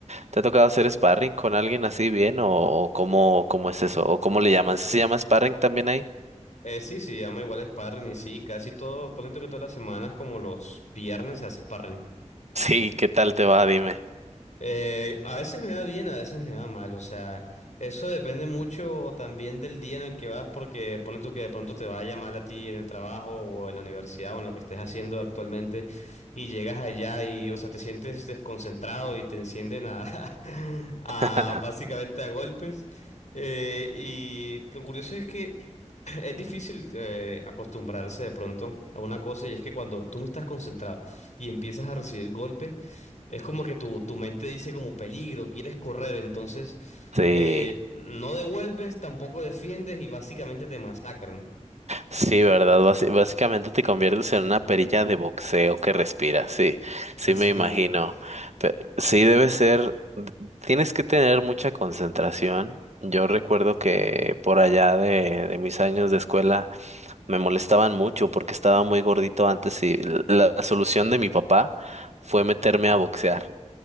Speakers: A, on the right; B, on the left.
A: te ha tocado hacer sparring con alguien así bien o, o cómo cómo es eso o cómo le llaman? ¿Sí ¿Se llama sparring también ahí? <laughs>
B: eh, sí, sí, llama igual sparring y sí, casi todo, ponente que todas las semanas, como los viernes se hace sparring.
A: Sí, ¿qué tal te va? Dime.
B: Eh, a veces me va bien, a veces me va mal, o sea, eso depende mucho también del día en el que vas, porque pone tú que de pronto te vaya mal a ti en el trabajo o en la universidad o en lo que estés haciendo actualmente y llegas allá y, o sea, te sientes desconcentrado y te encienden a, <laughs> a
A: <laughs>
B: básicamente a golpes. Eh, y lo curioso es que <clears throat> es difícil eh, acostumbrarse de pronto a una cosa y es que cuando tú no estás concentrado y empiezas a recibir golpes, es como que tu, tu mente dice como peligro, quieres correr, entonces
A: Sí.
B: eh, no devuelves, tampoco defiendes y básicamente te masacran.
A: Sí, ¿verdad? Basi- básicamente te conviertes en una perilla de boxeo que respira, sí, sí
B: Básicamente.
A: me imagino. Pe- sí, debe ser, d- tienes que tener mucha concentración. Yo recuerdo que por allá de, de mis años de escuela me molestaban mucho porque estaba muy gordito antes y l- la solución de mi papá fue meterme a boxear.